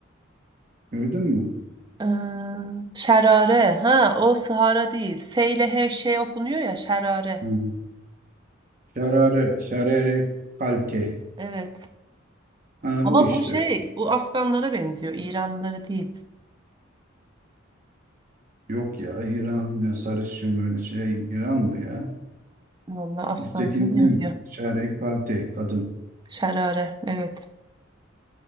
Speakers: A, on the right; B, on the right.
A: Gördün mü?
B: Ee, Şerare. Ha o Sahara değil. S ile H şey okunuyor ya Şerare.
A: Hı. Şarare, şarere kalte.
B: Evet.
A: Ha,
B: Ama
A: bu işte.
B: bu şey bu Afganlara benziyor. İranlıları değil.
A: Yok ya İran ya sarışın böyle şey İran mı ya?
B: Vallahi Afganlara
A: Üsttekini
B: benziyor.
A: değil mi? Şare kalte kadın.
B: Şerare. Evet.